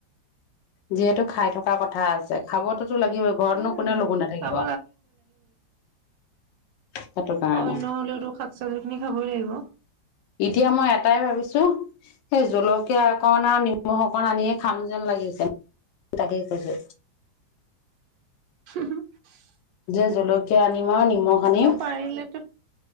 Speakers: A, on the left (about 75°); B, on the right (about 75°).
A: যিহেতু খাই থকা কথা দো আছে খাবতো <inaudible> লাগিব ঘৰতনো
B: উম,
A: কোনে লগো নাথাকিব।
B: খাব
A: সেইটো কাৰণে
B: অইন হলেওতো শাক চবজী খিনি খাবই লাগিব।
A: এতিয়া মই এটাই ভাবিছো সেই জলকীয়া অকন আৰু নিম অকন আনিয়ে খাম যেন লাগিছে তাকে কৈছো।
B: হ, <unintelligible>
A: যে জলকীয়া মই নিমখ-নিমখ
B: পাৰিলেতো
A: <inaudible>